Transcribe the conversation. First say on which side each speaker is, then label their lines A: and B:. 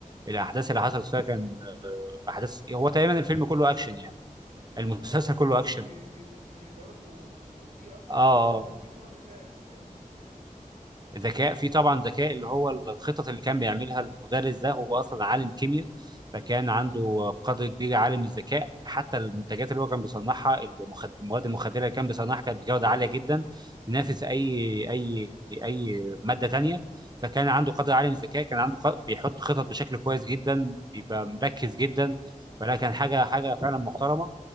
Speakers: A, on the right (about 30°); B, on the right (about 70°).
A: الاحداث اللي حصلت فيها كان آه، احداث هو تقريبا الفيلم كله اكشن يعني المسلسل
B: اه يعني
A: كله
B: هو
A: اكشن
B: في في ض- في ضرب و... وفي اصلا
A: اه
B: بيقولوا ان انا سمعت ان هو ذكاء فاهمني
A: ذكاء في طبعا ذكاء اللي هو الخطط اللي كان بيعملها المدرس ده هو اصلا عالم كيمياء فكان عنده قدر كبير عالم الذكاء حتى المنتجات اللي هو كان بيصنعها المخد... المواد المخدره اللي كان بيصنعها كانت بجوده عاليه جدا تنافس اي اي اي ماده تانية فكان عنده قدر عالي من الذكاء كان عنده ق... بيحط خطط بشكل كويس جدا بيبقى مركز جدا فلا كان حاجه حاجه فعلا محترمه